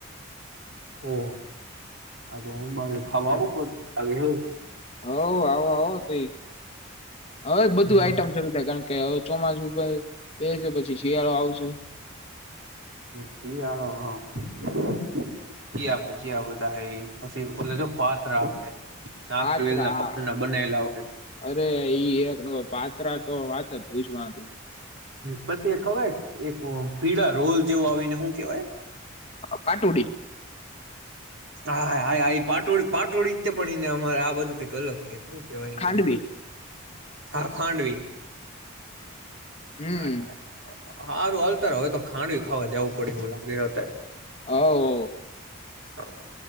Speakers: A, on the right; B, on the left.
A: ઓ આ તો હું મા ખાવાું પડતું એવું
B: હ આવો આવો તઈ હવે બધું
A: શિયાળો
B: આઈટમ શરૂ થાય કારણ કે કે હવે ચોમાસું ઉપર બેસે પછી શિયાળો આવશે
A: શિયાળો હ ભજીયા બધા પછી જો પાત્રા આવે નાગવેલ
B: પાત્રા
A: ના પાન ના બનેલા હોય
B: અરે ઈ એ પાત્ર ત્રા તો વાત જ પુછવાનું
A: પછી ખબર એક પીળ રોલ જેવો આવીને શું કેવાય
B: પાટોડી
A: હા હા પાટોળી પાટોળતે પણ એને અમારે આ બાજુ કઈક અલગ કે હું કેવાયને
B: ખાંડવી
A: બીજું હા ખાડવી
B: હમ
A: <inaudible> હારું હલતારવે તો ખાડવી ખાવા જવું પડે એવું લાગે અત્યારે
B: <inaudible>
A: <inaudible>